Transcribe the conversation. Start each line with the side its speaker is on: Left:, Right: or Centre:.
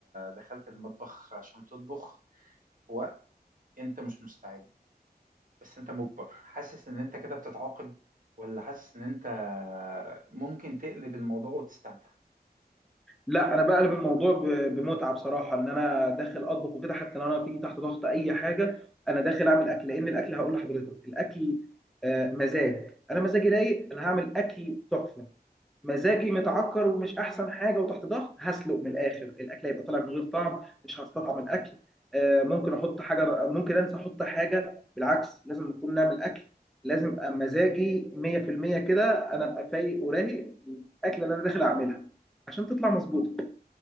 Right: دخلت المطبخ عشان تطبخ في وقت انت مش مستعد بس انت مجبر حاسس ان انت كده بتتعاقب ولا حاسس ان انت ممكن تقلب الموضوع وتستمتع
Centre: لا انا بقلب الموضوع ب- بمتعه بصراحه ان انا داخل اطبخ وكده حتى لو انا في تحت ضغط اي حاجه انا داخل اعمل اكل لان الاكل هقول لحضرتك الاكل آه، مزاج انا مزاجي رايق انا هعمل اكل تحفه مزاجي متعكر ومش احسن حاجه وتحت ضغط هسلق من الاخر الاكل هيبقى طالع من غير طعم مش هستطعم الاكل آه، ممكن احط حاجه ممكن انسى احط حاجه بالعكس لازم نكون نعمل اكل لازم أبقى مزاجي 100% كده انا ابقى فايق ورايق الاكله اللي انا داخل اعملها عشان تطلع مظبوطه